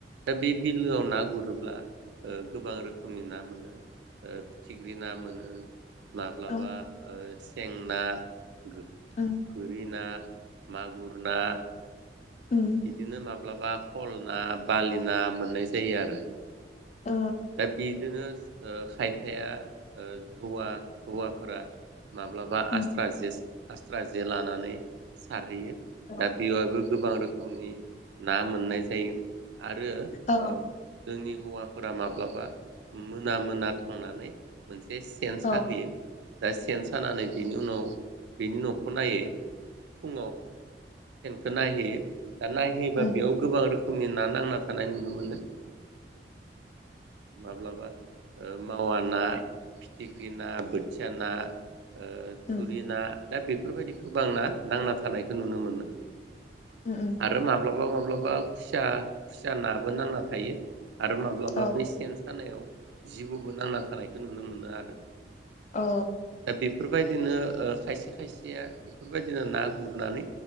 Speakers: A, on the right (about 80°); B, on the left (about 40°).
A: दा बे बिलोआव ना गुरोब्ला ओ गोबां रोखोमनि ना मोनो फिथिख्रि ना मोनो। माब्लाबा
B: औ
A: ओ सेें ना गो-गोरि
B: उम
A: ना मागुर ना
B: उम
A: बिदिनो माब माब्लाबा कल ना बालि ना मोननाय जायो आरो
B: औ
A: दा बि बिदिनो ओ खायफाया हौवा हौवाफोरा माब्लाबा
B: उम
A: आस्रा जेस आस्रा जे लानानै सारहैयो
B: औ
A: दा बेयावबो गोबां रोखोमनि ना मोननाय जायो। आरो
B: औ
A: ओ जोंनि हौवाफोरा माब्लाबा मोना मोना थांनानै मोनसे सेन
B: औ
A: साहोयो। दा सेन सानानै बिनि उनाव बिनि न'खौ नायै फुं नाहोयो। नायहैबा
B: उम
A: बेयाव गोबां रोखो रोखोमनि ना नांना थानाय नुनो मोनो माब्लाबा‌ मावा ना फिथिख्रि ना, बोथिया ना ओ
B: उम
A: थुरि ना दा बेफोर बायदि गोबां ना नांना थानायखौ नुनो मोनो।
B: उम उम
A: आरो माब्लाबा माब्लाबा खुसिया खुसिया नाबो नांना थायो। आरो माब्लाबा
B: औ
A: बे सेन सानायाव जिबौबो नांना थानायखौ नुनो मोनो आरो।
B: औ।
A: बेफोर बायदिनो ओ खायसे खायसेया बेफोर बायदिनो ना गुरनानै